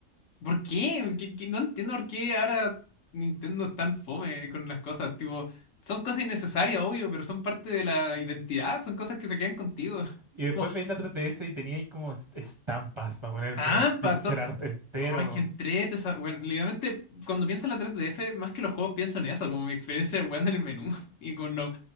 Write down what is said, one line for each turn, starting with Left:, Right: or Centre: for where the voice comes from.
Left: ¿por qué? ¿Qué- qué? No entiendo por qué ahora Nintendo es tan fome con las cosas. Tipo, son cosas innecesarias, obvio, pero son parte de la identidad, son cosas que se quedan contigo. <laughs>
Right: Y después
Left: Como,
Right: veis la 3DS y teníais como est- estampas para poner
Left: tampa,
Right: como pixel
Left: to-
Right: art entero.
Left: Ay, que entrete esa. Bueno, literalmente, cuando pienso en la 3DS, más que los juegos pienso en eso, como mi experiencia jugando en el menú <laughs> y con los